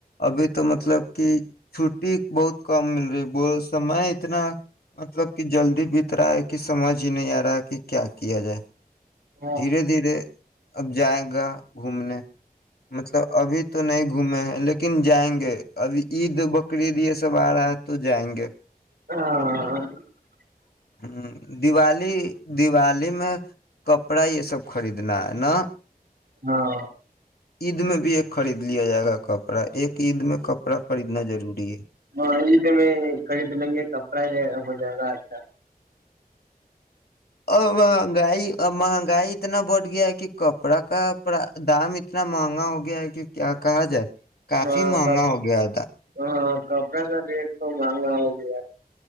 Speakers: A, on the left; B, on the right.
A: ابھی تو مطلب کہ چھٹی بہت کم مل رہی سمے اتنا مطلب کہ جلدی بت رہا ہے کہ سمجھ ہی نہیں آ رہا ہے کہ کیا کیا جائے
B: ہاں
A: دھیرے دھیرے اب جائے گا گھومنے مطلب ابھی تو نہیں گھومے ہیں لیکن کن جائیں گے ابھی عید بقرعید یہ سب آ رہا ہے تو جائیں گے
B: ہ
A: ہ دیوالی دیوالی میں کپڑا یہ سب خریدنا ہے نا
B: ہاں
A: عید میں بھی ایک خرید لیا جائے گا کپڑا ایک عید میں کپڑا خریدنا ضروری ہے
B: ہاں کڑد لنے کپڑا ہو جا آھا
A: اور مہنگائی مہنگائی اتنا بڑھ گیا ہے کہ کپڑا کا دام اتنا مہنگا ہو گیا ہے کہ کیا کہا جائے <unintelligible>
B: ہاں
A: مہنگا
B: ک
A: ہو گیا تھا
B: ہاں کپڑا کا <unintelligible> ہ ہ آاد <unintelligible>